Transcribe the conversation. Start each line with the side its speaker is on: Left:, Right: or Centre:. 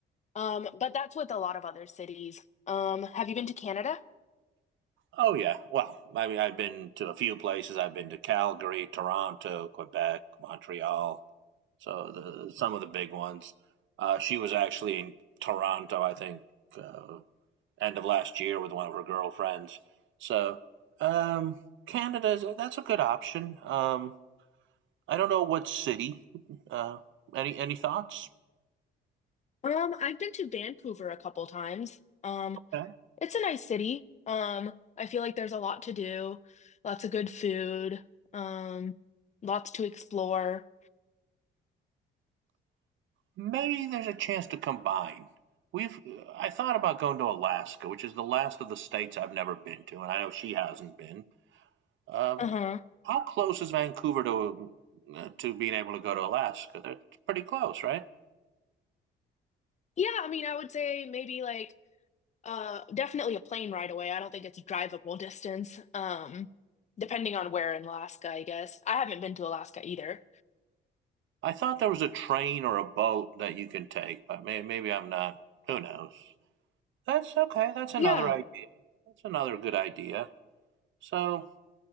Left: Um, but that's with a lot of other cities. Um, have you been to Canada?
Right: Oh yeah. Well, I mean, I've been to a few places. I've been to Calgary, Toronto, Quebec, Montreal. So the some of the big ones. Uh, she was actually in Toronto, I think, uh, end of last year with one of her girlfriends. So um, Canada that's a good option. Um, I don't know what city. Uh, any any thoughts?
Left: Um, I've been to Vancouver a couple times. Um,
Right: Okay.
Left: it's a nice city. Um, I feel like there's a lot to do, lots of good food, um, lots to explore.
Right: Maybe there's a chance to combine. We've I thought about going to Alaska, which is the last of the states I've never been to, and I know she hasn't been. Um,
Left: Uh-huh.
Right: how close is Vancouver to uh, to being able to go to Alaska? That's pretty close, right?
Left: Yeah, I mean, I would say maybe like uh definitely a plane ride away. I don't think it's a drivable <laughs> distance. Um, depending on where in Alaska, I guess. I haven't been to Alaska either.
Right: I thought there was a train or a boat that you can take, but may, maybe I'm not. Who knows? That's okay. That's another
Left: Yeah.
Right: idea. That's another good idea. So,